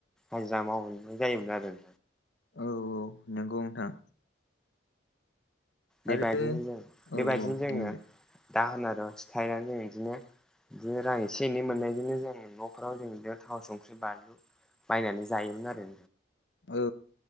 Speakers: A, in the centre; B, on the left (about 70°).
A: हाजिरा मावहैनाय जायोमोन आरो।
B: औ औ नंगौ नोंथां।
A: बेबायदिनो
B: आरो
A: <unintelligible>
B: औ औ
A: जोङो
B: बुं दे
A: दाहोना रुवाथि थाहैनानै जों बिदिनो बिदिनो रां एसे एनै मोननायजोंनो जों न'फ्राव जों बिदिनो थाव संख्रि बानलु बायनानै जायोमोन आरो।
B: औ